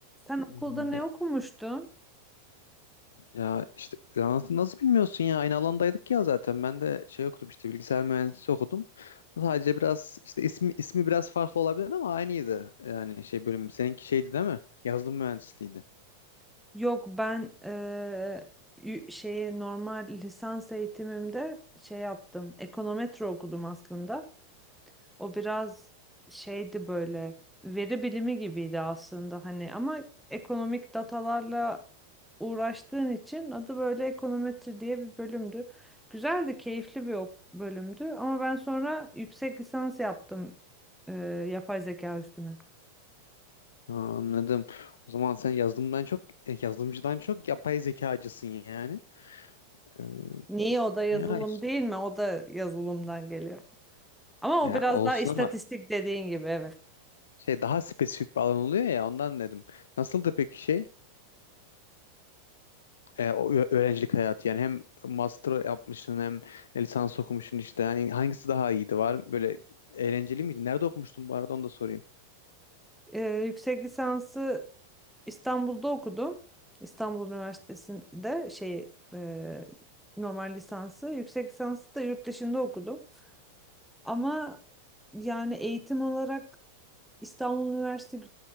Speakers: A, in the centre; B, on the left.
A: Sen okulda
B: Hmm.
A: ne
B: Ya,
A: okumuştun?
B: ya işte ya nasıl, nasıl bilmiyorsun ya aynı alandaydık ya zaten ben de şey okudum işte bilgisayar mühendisliği okudum sadece biraz işte ismi ismi biraz farklı olabilir ama aynıydı yani şey bölüm seninki şeydi değil mi yazılım mühendisliğiydi
A: Yok ben eee, yu- şeye normal lisans eğitimimde şey yaptım. Ekonometre okudum aslında. O biraz şeydi böyle veri bilimi gibiydi aslında hani ama ekonomik datalarla uğraştığın için adı böyle ekonometri diye bir bölümdü. Güzeldi, keyifli bir ok- bölümdü ama ben sonra yüksek lisans yaptım eee, yapay zeka üstüne.
B: ha, anladım o zaman sen yazılımdan çok e, yazılımcıdan çok yapay zekacısın yani Ee,
A: Niye o da yazılım
B: ya işte
A: değil mi? O da yazılımdan geliyor. Ama o
B: ya
A: biraz
B: olsun
A: daha istatistik
B: ama
A: dediğin gibi evet.
B: şey daha spesifik bir alan oluyor ya ondan dedim nasıldı peki şey e, o ö- öğrencilik hayatı yani hem master yapmışsın hem lisans okumuşsun işte hani hangisi daha iyiydi var böyle eğlenceli miydi? Nerede okumuştun bu arada onu da sorayım.
A: Ee, yüksek lisansı İstanbul'da okudum. İstanbul Üniversitesi'nde şey e, normal lisansı. Yüksek lisansı da yurt dışında okudum. Ama yani eğitim olarak İstanbul Üniversite,